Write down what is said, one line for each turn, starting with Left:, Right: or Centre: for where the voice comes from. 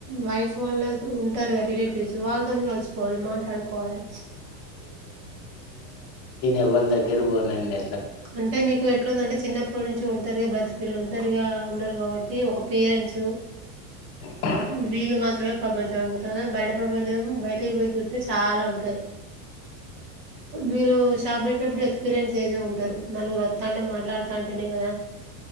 Right: వైఫ్ వల్ల ఉంటారు రిలేటివ్స్ వాళ్ళతోని కలిసిపోవాలి మాట్లాడుకోవాలె
Left: ఎవ్వల్ దగ్గర బోనండి
Right: అంటే మీకు ఎట్లుందంటే చిన్నప్పట్నించి ఒంటరిగా బ్రతుకులు ఒంటరిగా ఉన్నారు కావట్టి ఒక పేరెంట్స్
Left: అ
Right: వీళ్ళు మాత్రమే ప్రపంచం అనుకుంటాన బయట ప్రపంచం బయటికి బోయి చుత్తే చాలా ఉంటంది మీరు షాప్ పెట్టినప్పుడు ఎక్స్పీరియన్స్ చేసే ఉంటారు నలుగురు వొత్తాంటే మాట్లాడతాంటేనే కదా